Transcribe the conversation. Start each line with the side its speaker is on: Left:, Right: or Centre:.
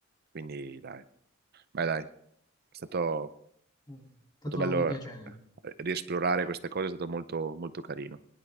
Right: quindi dai, vai dai. È stato,
Left: Mm.
Right: è
Left: stato
Right: stato bello
Left: un piacere.
Right: eh, riesplorare queste cose, è stato molto, molto carino.